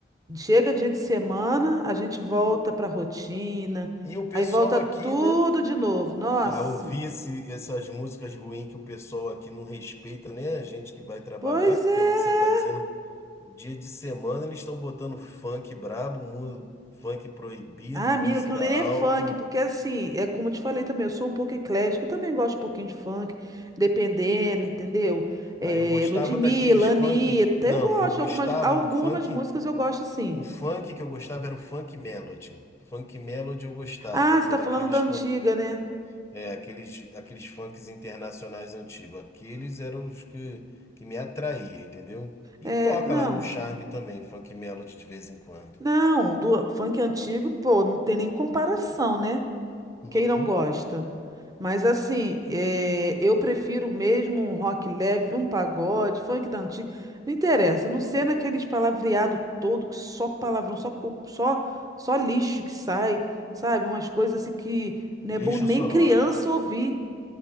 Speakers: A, on the right; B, on the left.
A: Chega dia de semana, a gente volta para a rotina,
B: E o pessoal
A: aí volta
B: aqui,
A: tudo
B: né?
A: de novo. Nossa,
B: A ouvir esse, essas músicas ruins que o pessoal aqui não respeita, né? A gente que vai trabalhar,
A: pois é.
B: pelo que você está dizendo, dia de semana eles estão botando funk brabo, mu- funk proibido,
A: Ah,
B: música
A: amiga, aquilo ali
B: alta.
A: é funk, porque assim, é como eu te falei também, eu sou um pouco eclética, eu também gosto um pouquinho de funk, dependendo, entendeu? É,
B: Ah, eu gostava
A: Ludmilla,
B: daqueles funk.
A: Anitta,
B: Não,
A: eu gosto,
B: eu gostava
A: de algumas, algumas
B: do funk.
A: músicas eu gosto sim.
B: O funk que eu gostava era o funk melody. Funk melody eu gostava,
A: Ah, você
B: que
A: tá
B: era
A: falando
B: aqueles
A: da antiga,
B: can...
A: né?
B: É, aqueles, aqueles funks internacionais antigos. Aqueles eram os que, que me atraía, entendeu? E
A: É,
B: toca
A: não,
B: lá no Charme também, funk melody de vez em quando.
A: não, do funk antigo, pô, não tem nem comparação, né?
B: Uhum.
A: Quem não gosta? Mas assim, é, eu prefiro mesmo um rock leve, um pagode, funk da antiga. Não interessa, não ser naqueles palavreado todo que só palavrão, só co- só só lixo que sai, sabe? Umas coisas assim que não é bom
B: Lixo
A: nem
B: sonoro.
A: criança ouvir,